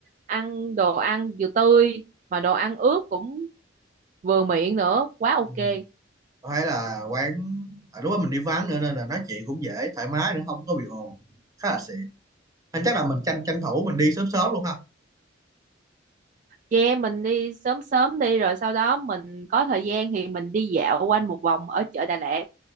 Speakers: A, on the right; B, on the right.
A: ăn đồ ăn vừa tươi mà đồ ăn ướt cũng vừa miệng nữa quá ok
B: Ừ. Tôi thấy là quán à, đúng là mình đi vắng nữa nên là nói chuyện cũng dễ thoải mái nữa không có bị ồn khá là xịn anh chắc là mình tranh tranh thủ mình đi sớm sớm luôn ha
A: che mình đi sớm sớm đi rồi sau đó mình có thời gian thì mình đi dạo quanh một vòng ở chợ Đà Lạt